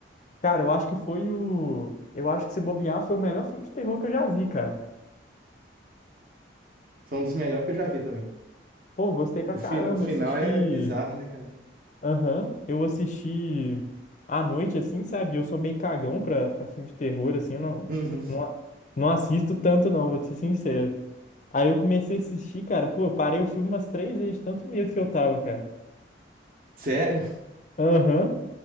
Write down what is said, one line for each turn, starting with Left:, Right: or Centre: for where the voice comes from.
Left: Cara, eu acho que foi o. Eu acho que se bobear foi o melhor filme de terror que eu já vi, cara.
Right: Foi um dos melhores que eu já vi também.
Left: Pô, gostei pra
Right: O,
Left: caramba.
Right: fi, o final
Left: Eu assisti.
Right: é bizarro, né, cara?
Left: Aham. Eu assisti à noite, assim, sabe? Eu sou meio cagão pra, pra filme de terror, assim. Eu não,
Right: <laughs>
Left: não, não assisto tanto, não, vou te ser sincero. Aí eu comecei a assistir, cara. Pô, eu parei o filme umas três vezes, de tanto medo que eu tava, cara.
Right: Sério?
Left: Aham.